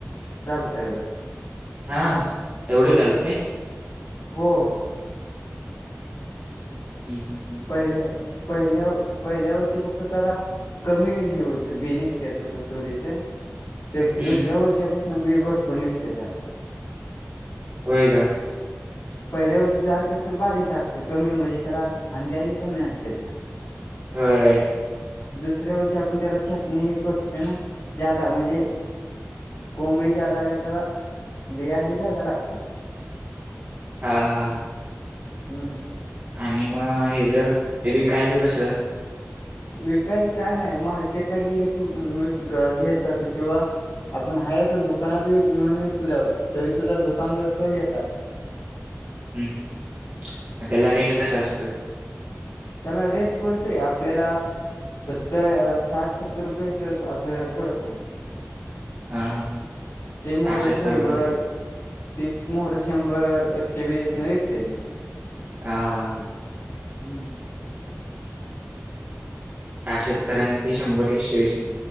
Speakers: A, on the left (about 70°); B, on the right (about 30°).
A: चालतय बघ.
B: हा एवढे घालते.
A: हो,
B: हम हम हम,
A: पहिल्या पहिल्या पहिल्या वर्षी फक्त जरा. कमी ही होते बेनिक त्याच्या तुरीचे. सेट
B: हम्म.
A: दुसऱ्या वर्षापासून बी भरपूर निघते त्याला.
B: होय का,
A: पहिल्या वर्षी झाड कसं बारीक असतं कमी म्हणजे त्याला फांद्या की कमी असत्यात्या.
B: अ ई,
A: दुसऱ्या वर्षी आपण त्याला छटणी हे करतो ते ना जादा म्हणजे. कोंबही जादा आले त्याला बियाही जादा लागतात.
B: हा हा,
A: हम्म,
B: आणि मग हे ज हे विकायचं कस.
A: विकायचं काय नाही मार्केटला गेले कि वि घेतात किंवा. आपण हा असं दुकानात व नेऊन विकलं तरी सुद्धा दुकानदारसद्धा घेतात. <inaudible>
B: हम्म हम्म, त्याला रेट कसा असतंय.
A: त्याला रेट पडतोय आपल्याला. सत्तर साठ सत्तर रुपयस आपल्याला पडतो.
B: हा हा
A: ते मोहर
B: साठ सत्तर
A: शंभर.
B: रुपये
A: तीस मोहर शंभर एकशे वीस न विकते ती.
B: हा हा,
A: हम्म,
B: साठ सत्तरां ते शंभर एकशे वीस.